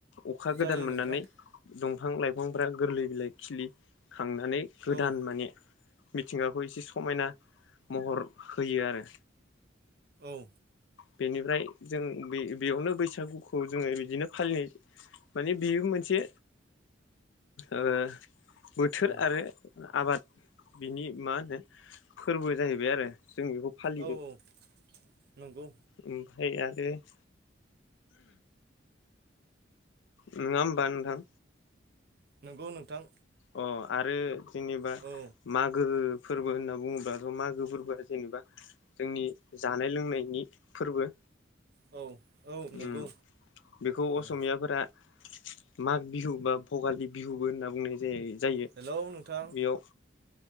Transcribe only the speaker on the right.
जायो
नोंथां
औ
औ
उम
औ औ नंगौ
नोंगौ नोंथां।
औ
औ। औ नंगौ
उम
हेलौ नोंथां